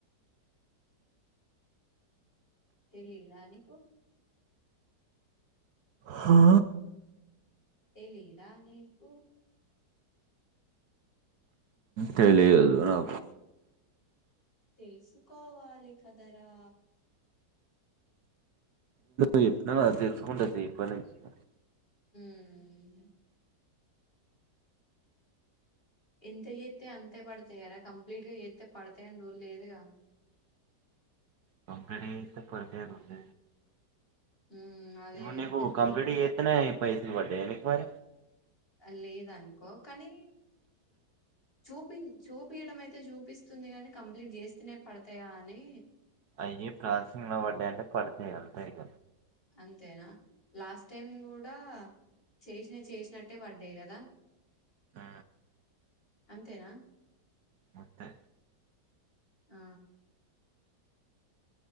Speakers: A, on the left; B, on the right.
A: తెలి రానికు
B: హా
A: తెలియదా నీకు.
B: తెలియదు నాకు
A: తెలుసు కోవాలిఖదరా
B: ఏ యప్పనాల్ అల్ సుండస పన చేయ
A: ఆ ఇంత చేస్తతే అంతే పడతాయారా కంప్లీట్గా చేస్తతే పడతాయని రూ లేదుగా
B: పంగడతే పడుదే రంది
A: మ్మ్ అదే
B: ఇవన్ నకు
A: పెద్ద
B: కంప్లీట్ తేనే పైసను పడ్డ ఎకు మర
A: లేద అనుకో కానీ చూపి చూపయడం అయితే చూపిస్తుంది కాని కంప్లీట్ చేస్తూనే పడతాయా అని
B: అయ్యే ప్రాసెసింగ్ లో పడ్డాయంటే, పడితయి అంతే ఇగ
A: అంతేనా లాస్ట్ టైం కూడా చేసినయి చేసినట్టే పడ్డయి కదా!
B: మ్మ్
A: అంతేనా
B: అంతే
A: ఆ